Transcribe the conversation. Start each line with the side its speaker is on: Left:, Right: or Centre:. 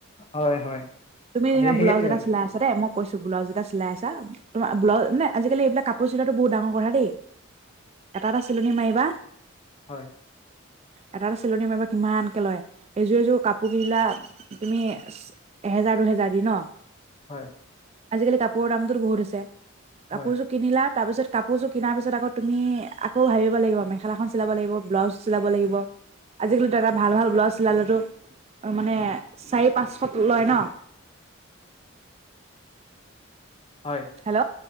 Left: হয় হয়
Right: তুমি যেনিবা
Left: সেই সেইটোৱে
Right: ব্লাউজ এটা চিলাই আছা দে মই কৈছো ব্লাউজ এটা চিলাই আছা, তোমাৰ ব্লাউ মানে, আজিকালি এইবিলাক কাপোৰ চিলাতো বহুত ডাঙৰ কথা দেই এটা এটা চিলনী মাৰিবা।
Left: হয়।
Right: এটা এটা চিলনি মাৰিবা কিমানকে লয়, এইযোৰ এযোৰ কাপোৰ কিলা তুমি এহেজাৰ দুহেজাৰ দি ন?
Left: হয়
Right: আজিকালি কাপোৰৰ দামটো বহুত হৈছে।
Left: হয়
Right: কাপোৰযোৰ কিনিলা। তাৰ পিত কাপোৰ কিনাৰ পিছ আকৈ। তুমি আকৌ ভাবিব লাগিব মেখেলাখন চিলাব লাগিব, ব্লাউজ চিলাব লাগিব। আজিকালিত দাদা ভাল ভাল ব্লাউজ চিলালতো মানে চাৰি পাঁচশত লয় ন।
Left: হয়
Right: হেল্ল'